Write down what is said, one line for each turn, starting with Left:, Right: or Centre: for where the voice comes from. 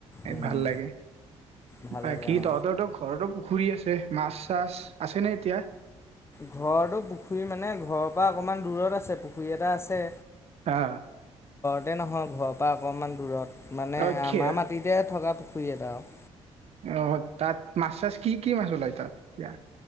Left: উম,
Right: ভাল লাগে
Left: ভাল
Right: বাকীতহতৰ
Left: লাগে অ।
Right: ত ঘৰটো পুখুৰী আছে মাছ চাছ আছে নে এতিয়া?
Left: ঘৰতো পুখুৰী মানে ঘৰ অকণমান দূৰত আছে পুখুৰী এটা আছে।
Right: আহ।
Left: তাতে নহয় ঘৰৰ পৰা অকনমান দূৰত মানে
Right: অ', খে
Left: আমাৰ মাটিতে থকা পুখুৰী এটা আৰু
Right: আহ তাত মাছ চাছ কি কি মাছ ওলাই তাত এতিয়া।